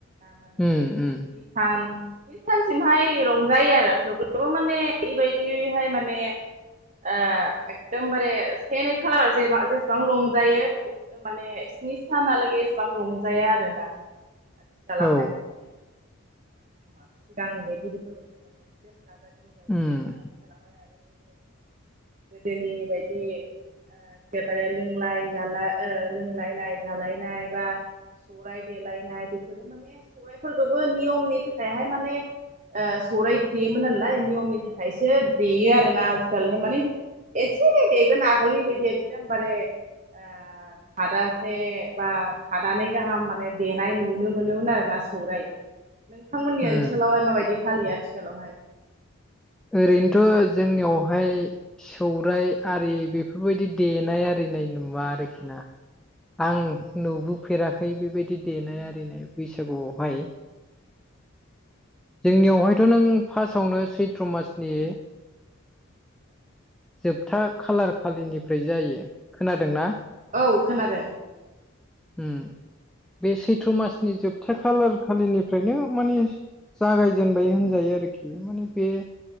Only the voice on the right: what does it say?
माने
सान स्नि सानसिमहाय रंजायो आरो थेवब्लाबो माने बे बाय बेहाय माने ओ एकदमबारे से नै खालाराव जेबा जेसेबां रंजायो बे ओ माने स्नि सानालागै एसेबां रंजाया आरो ना। आथिखालाहाय
माने सिगांनि बायदि बेफोरबायदि माने <unintelligible> गाजा गोमजा
हाया आरो बेफोर गोदोनि बायदि एखेबारे लोंलाय जालाय ओ लोंलायनाय जालायनाय बा सौराय देलायनाय बेफोरो माने सौरायफोरखौबो नियमनि थाखायहाय माने ओ सौराय देयोमोन नालाय नियमनि थाखाय खायसे देयो आरो ना आजिखालिहाय माने एसे देगोन आगोलनि बायदि एकदमबारे ओ खादासे बा खादानानै गाहाम माने देनाय नुनो मोनोमोन आरोना सौराय। नोंथांमोननि ओनसोलावलाय
माबायदि फालियो आथिखालावहाय?
औ खोनादों।